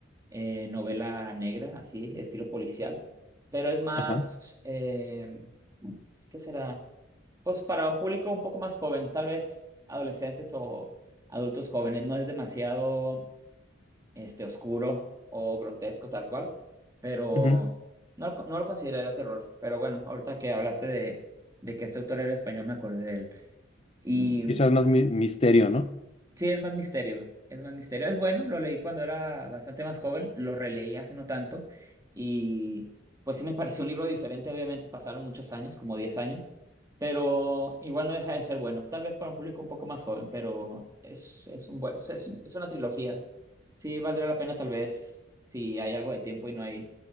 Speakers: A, on the right; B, on the left.
A: eh, novela negra, así, estilo policial, pero es más,
B: ajá,
A: eh, ¿qué será? Pues para un público un poco más joven, tal vez adolescentes o adultos jóvenes, no es demasiado este, oscuro o grotesco tal cual, pero
B: ujú.
A: no, lo- no lo consideraría terror. Pero bueno, ahorita que hablaste de, de que este autor era español, me acordé de él. Y
B: Quizás más mi- misterio, ¿no?
A: Sí, es más misterio. Es más misterio. Es bueno, lo leí cuando era bastante más joven, lo releí hace no tanto y pues sí me pareció un libro diferente, obviamente pasaron muchos años, como 10 años, pero igual no deja de ser bueno. Tal vez para un público un poco más joven, pero es, es un buen, es, es es una trilogía. Sí, valdría la pena tal vez si hay algo de tiempo y no hay